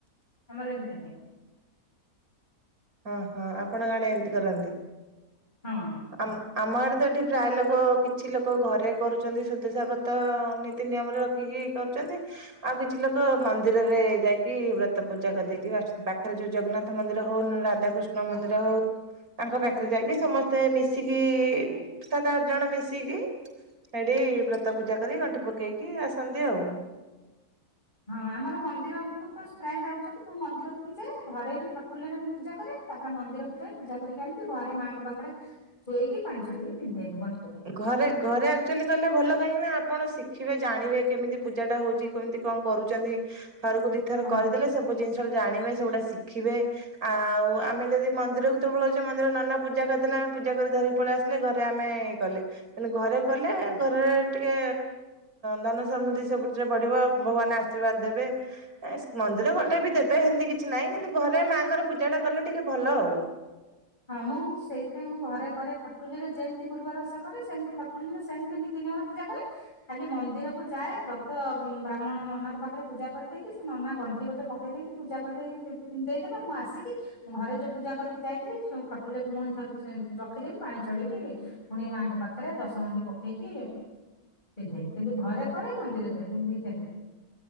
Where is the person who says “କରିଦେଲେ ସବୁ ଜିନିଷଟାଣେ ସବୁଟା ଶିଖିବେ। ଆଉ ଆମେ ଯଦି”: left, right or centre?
Right